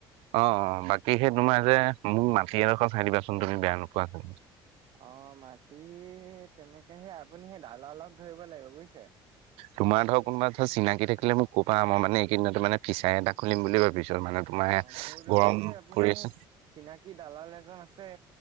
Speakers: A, on the right (about 80°); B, on the right (about 55°).
A: অ', অ', বাকী সেই তোমাৰ যে মোক মাটি এডোখৰ চাই দিবাচোন তুমি বেয়া নোপোৱা <unintelligible>
B: অ', মাটি তেনেকে সে আপুনি সেই দালালক ধৰিব লাগিব বুইছে!
A: তোমাৰ ধৰ কোনোবা ধৰ চিনাকি থাকিলে মোক ক'বা, মই মানে এইকিদিনতে মানে ফিচাৰী এটা খুলিম বুলি ভাবিছোঁ মানে তোমাৰ
B: অ', মোৰ লগতে
A: গৰম
B: এই আপোনাৰ
A: পৰি আছে
B: এই চিনাকী দালাল এজন আছে।